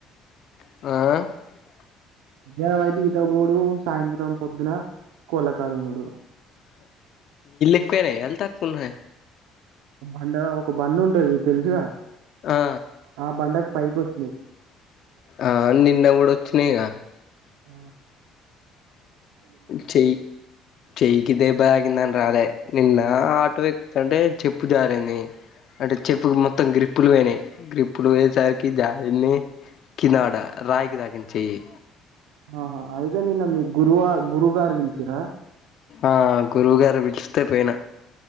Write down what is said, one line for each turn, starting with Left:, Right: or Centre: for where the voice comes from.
Left: ఆ
Right: ఏమయితే ఈతపోడు సాయంత్రం పొద్దున కోలకడ ఉన్నడు
Left: నేనె ఎల్ తాక్కున్ననే
Right: అండ్ ఒక బండి ఉంటది తెలుసుగా
Left: ఆ
Right: ఆ బండకు పైకి వచ్చినాయ్.
Left: ఆ నిన్న కూడా వచ్చినాయిగ
Right: ఆ
Left: చె చెయకి దెబ్బ తగ్గి నిన్న నేను రాలే నిన్న ఆటో ఎక్క చెప్పు జారింది అంటే చెప్పు మొత్తం గ్రిప్పులు పోయినాయి గ్రిప్పులు పోయేసరికి జారిని కిినడ రాయికి తాగం చెయి
Right: ఆహా అయితే నిన్న మీ గురువ గురుగారు పిలిచిరా
Left: ఆ గురువు గారు పిలిస్తే పోయినా